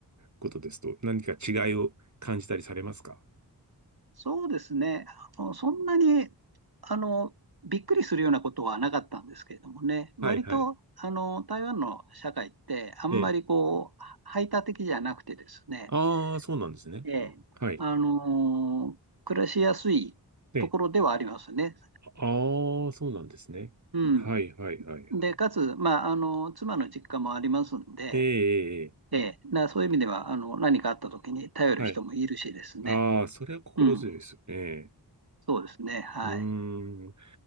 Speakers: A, on the right; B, on the right.
A: ことですと、何か違いを感じたりされますか
B: そうですね。あのそんなに、あの、びっくりするようなことはなかったんですけれどもね、割と、
A: はい、はい。
B: あの、台湾の社会ってあんまりこう、
A: ええ。
B: 排他的じゃなくてですね、
A: ああ、そうなんですね。
B: ええ、
A: はい。
B: あのー暮らしやすいところではありますね。
A: ね。ああ、そうなんですね。
B: うん。
A: はい、はい、はい、はい。
B: で、かつ、まあ、あの、妻の実家もありますんで、
A: ええ、え
B: ええ、なそういう意味では、あの、何かあった時に頼る人もいるしですね。
A: え、はい。ああ、それは心強いですよね。
B: うん。そうですね。はい。
A: うーん